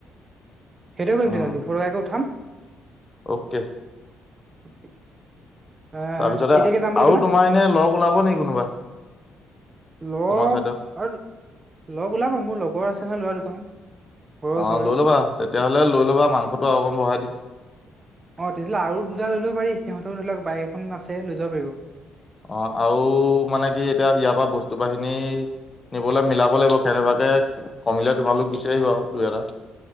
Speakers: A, on the right; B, on the left.
A: সেইতোৱে কৰিম
B: উম
A: তেনে, দুশটকাকৈ উঠাম
B: অ'কে।
A: <unintelligible> আহ
B: তাৰপিছতে
A: কেতিয়াকে যাম বুলি
B: আৰু
A: ক'লা
B: তোমাৰ এনে লগ ওলাব নেকি কোনোবা?
A: লগ
B: তোমাৰ চাইডৰ?
A: আৰু লগ ওলাব, মোৰ লগৰ আছে ন ল'ৰা দুটামান। ঘৰৰ
B: অ'
A: ওচৰৰে
B: লৈ ল'বা তেতিয়াহ'লে লৈ ল'বা মাংসটো অকণ বঢ়াই দিম।
A: অ', তেতিয়াহ'লে আৰু দুটা লৈ লব পাৰি, সিহঁতেও ধৰি লওক বাইক এখন আছে লৈ যাব পাৰিব।
B: অ', আৰু মানে কি এতিয়া ইয়াৰ পৰা বস্তু বাহিনী নিবলৈ মিলাব লাগিব, কেনেবাকে কমিলে তোমালোক গুচি আহিবা আৰু দুই এটা।